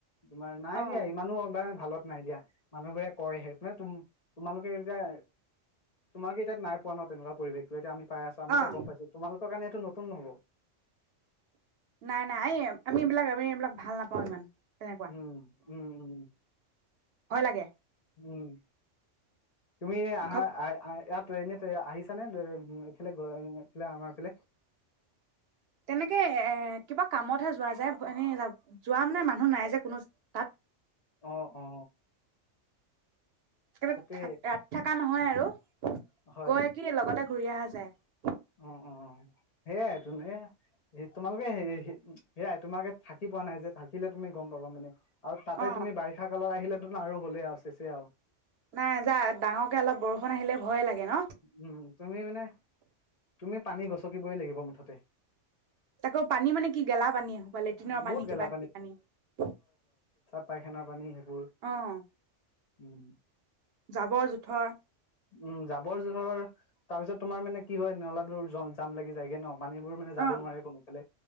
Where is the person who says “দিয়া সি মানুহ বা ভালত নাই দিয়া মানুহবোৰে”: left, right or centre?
Left